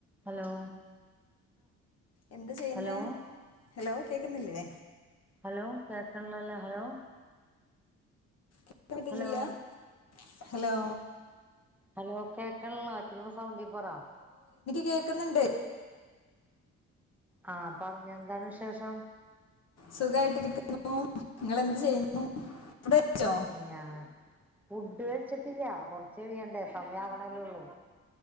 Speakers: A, in the centre; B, on the left.
A: Hello
B: എന്ത് ചെയ്യുന്നെ
A: hello
B: hello കേൾക്കുന്നില്ലേ
A: ഹലോ കേക്കണ്ണില്ലാലോ ഹലോ
B: ഇത്രയ്ക്കു
A: ഹലോ
B: ഇത് ഇല്ലാ ഹലോ
A: ഹലോ കേക്കാണില്ല ഇച്ചിരുടെ സൗണ്ടി പറ
B: കേൾക്കുന്നുണ്ട്
A: ആഹ് പറഞ്ഞോ എന്താണ് വിശേഷം
B: സുഖായിട്ടിരിക്കുന്നു നിങ്ങളെന്ത് ചെയ്യുന്നു ഫുഡ് കഴിച്ചോ
A: ഞാ ഫുഡ് കഴിച്ചിട്ടില്ല കൊറച്ച് കയ്യണ്ടേ സമയം ആവ്ണല്ലേള്ളൂ